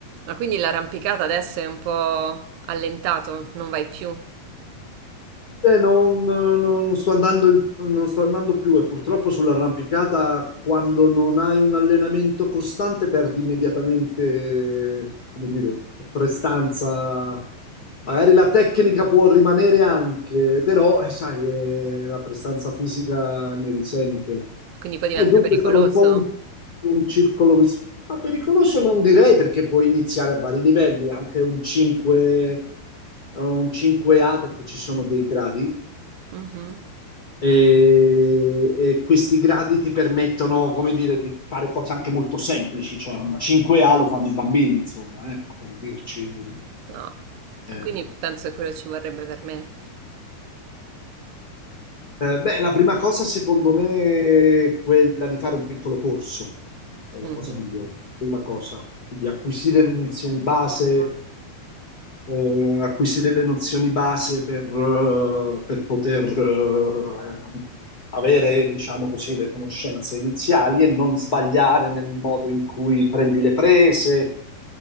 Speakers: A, on the right; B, on the left.
A: Ma quindi l'arrampicata adesso è un po' allentato, non vai più,
B: Eh, non, non sto andando in- non sto andando più e purtroppo sull'arrampicata quando non hai un allenamento costante perdi immediatamente, come dire, prestanza. Magari la tecnica può rimanere anche, però eh, sai, eh, la prestanza fisica ne risente.
A: quindi poi diventa
B: E dunque
A: pericoloso.
B: è stato un po' un, un circolo, vis- ma pericoloso non direi perché puoi iniziare a vari livelli, anche un 5, un 5A perché ci sono dei gradi
A: Mhm.
B: e, e questi gradi ti permettono, come dire, di fare cose anche molto semplici, cioè un 5A lo fanno i bambini, insomma, ecco, per dirci.
A: No.
B: eh.
A: Quindi penso che quello ci vorrebbe per me.
B: Eh, beh, la prima cosa secondo me è quella di fare un piccolo corso, è la
A: Mhm.
B: cosa migliore, prima cosa, quindi acquisire le nozioni base, eh, acquisire le nozioni base per, eh, per poter eh, avere, diciamo così, le conoscenze iniziali e non sbagliare nel modo in cui prendi le prese,